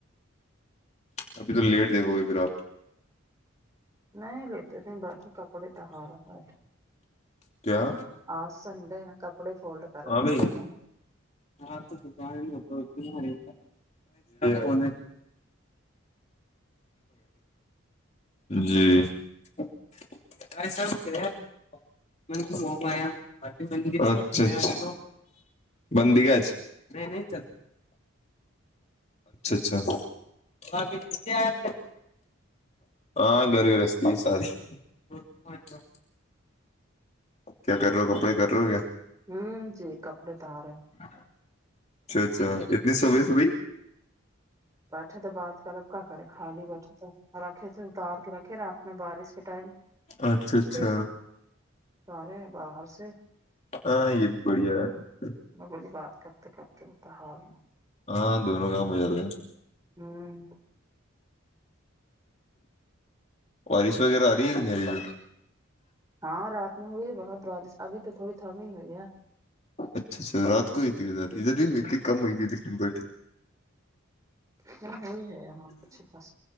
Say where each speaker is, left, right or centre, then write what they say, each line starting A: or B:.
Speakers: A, on the left; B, on the right.
A: ابھی تو لیٹ دیکھو گے پھر آپ
B: نہیں بیٹے نہیں بیٹھے کپڑے توہارا بیٹھے
A: کیا
B: آ سنڈے ن کپڑے فولڈ کر
A: ہاں
B: کپڑے
A: بھائی
B: ت
A: ہاں تو سکار ہوو تمہارے فنا <unintelligible> جی <unintelligible> م مبیا اچھا اچھا بندی گج نہیں اچھا اچھا <unintelligible> ہاں گھر گھرستھی ساری <unintelligible> <inaudible> کیا کر رہ ہو کپڑے کر رہے ہو کیا
B: ہوں جی کپڑے تو آ رہے ہیں
A: اچھا اچھا اتنی سو گی س بھائی
B: بیٹھے تو بات کرب کیا کریں خالی بیٹھے تو رکھے تھے اتار کے رکھے رات میں بارش کے ٹائم
A: اچھا اچھا
B: تھی سارے ہیں باہر سے
A: ہاں یہ بھی بڑھیا ہے
B: میں بولی بات کرتے کرتے ہوتا حال ہوں
A: ہاں دونوں کام ہو جاتے ہیں
B: <inaudible>
A: وارش وغیرہ آ رہ نہیں ا
B: ہاں رات میں ہوئی ہے بہت بارش ابھی تو تھوڑی تھمی ہوئی ہے
A: اچھا اچھا رات کو ہوئی تھی ادھر ادھر ہی ہوئی تھی کم ہوئی تھی لیکن بٹ
B: ہ وہی ہے ہماں کچھے پاس